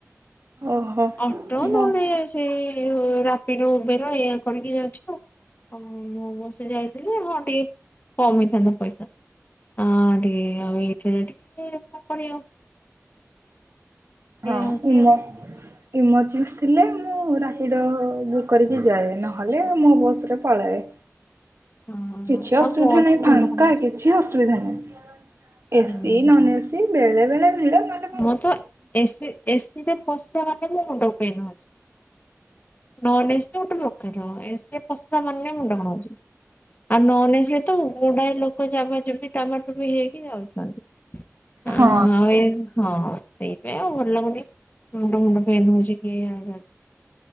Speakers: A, on the right; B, on the left.
A: ଓହୋ
B: ଅଟୋ ନହେଲେ
A: ମୋ
B: ସେ ସେ ରାପିଡୋ ଓବେର ଏୟା କରିକି ଯାଉଛୁ ଆଉ। ହଁ ମୋ ବସ୍ ରେ ଯାଇଥିଲି ହଁ ଟିକେ କମ ହେଇଥାନ୍ତା ପଇସା। ହଁ ଟିକେ ଆଉ ଏଇଥିରେ ଟିକେ କଣ କରିବ।
A: ହଁ
B: ହଉଛି
A: ବୁଲ।
B: ଆଉ।
A: ଏମୋରର୍ଜେନ୍ସ ଥିଲେ ମୁଁ ରାପିଡ଼ ବୁକ୍ କରିକି ଯାଏ। ନହେଲେ ମୋ ବସ୍ ରେ ପଳାଏ।
B: ହଁ
A: କିଛି
B: ମୋ
A: ଅସୁବିଧା
B: ବସ୍
A: ନାହିଁ
B: ରେ ମୁଣ୍ଡ
A: ଫାଙ୍କା
B: କଣ ହଉଛି
A: କିଛି ଅସୁବିଧା ନାହିଁ
B: ହୁଁ
A: ଏସି
B: ହୁଁ।
A: ନନ୍ ଏସି ସେଇ ବେଳେ ବେଳେ ଭିଡ଼ ନହେ
B: ମୁଁ ତ ଏସି ଏସିରେ ପଶିଲା ମାତ୍ରେ ମୋ ମୁଣ୍ଡ ପେନ୍ ହୋଉଛି। ନନ୍ ଏସି ତ ଗୋଟେ ପ୍ରକାର ଏସି ରେ ପଶିଲା ମାନେ ମୁଣ୍ଡ କଣ ହଉଚି। ଆଉ ନନ୍ ଏସି ରେ ତ ଗୁଡାଏ ଲୋକ ଜାବା ଯାବି ଟାବା ଟାବ ହେଇକି ଯାଉଛନ୍ତି। ଆଁ
A: ହଁ
B: ଆଉ ଏଯ ହଁ ସେଇପାଇଁ ଆଉ ଭଲ ଲାଗୁନି ମୁଣ୍ଡ ଫୁଣ୍ଡ ପେନ୍ ହଉଛି କିଏ। <inaudible>